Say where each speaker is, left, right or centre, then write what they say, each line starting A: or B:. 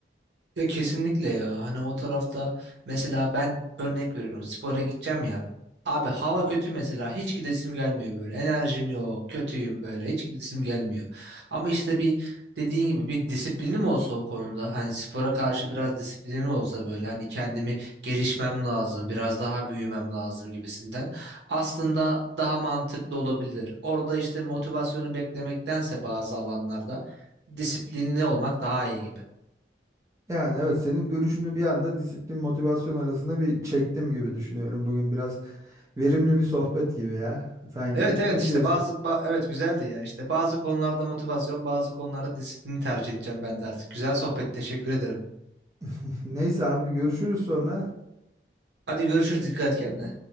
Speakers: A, on the right (about 75°); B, on the right (about 15°).
A: Ya kesinlikle ya. Hani o tarafta mesela ben örnek veriyorum. Spora gideceğim ya. Abi hava kötü mesela. Hiç gidesim gelmiyor böyle. Enerjim yok. Kötüyüm böyle. Hiç gidesim gelmiyor. Ama işte bir dediğin gibi bir disiplinim olsa o konuda. Hani spora karşı biraz disiplinim olsa böyle. Hani kendimi gelişmem lazım. Biraz daha büyümem lazım gibisinden. Aslında daha mantıklı olabilir. Orada işte motivasyonu beklemektense bazı alanlarda disiplinli olmak daha iyi gibi.
B: Yani evet senin görüşünü bir anda disiplin motivasyon arasında bir çektim gibi düşünüyorum. Bugün biraz verimli bir sohbet gibi ya sanki.
A: Evet evet
B: Ne
A: işte
B: diyorsun?
A: bazı ba- evet güzeldi ya işte bazı konularda motivasyon bazı konularda disiplini tercih edeceğim ben de artık. Güzel sohbet teşekkür ederim.
B: <laughs> Neyse abi görüşürüz sonra.
A: Hadi görüşürüz dikkat et kendine.